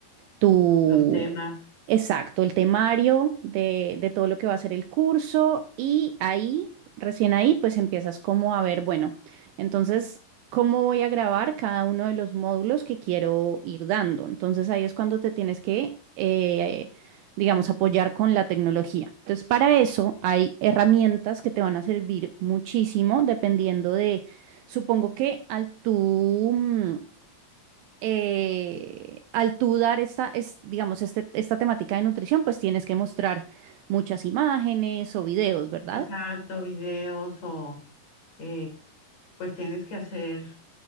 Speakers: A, on the right (about 80°); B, on the left (about 45°).
A: tu,
B: Los temas,
A: exacto, el temario de, de todo lo que va a ser el curso y ahí, recién ahí, pues empiezas como a ver, bueno, entonces, ¿cómo voy a grabar cada uno de los módulos que quiero ir dando? Entonces ahí es cuando te tienes que, eh, digamos, apoyar con la tecnología. Entonces, para eso hay herramientas que te van a servir muchísimo dependiendo de, supongo que al tú... mm, eh, al tú dar esta, es, digamos, este, esta temática de nutrición, pues tienes que mostrar muchas imágenes o videos, ¿verdad?
B: exacto, videos o eh, pues tienes que hacer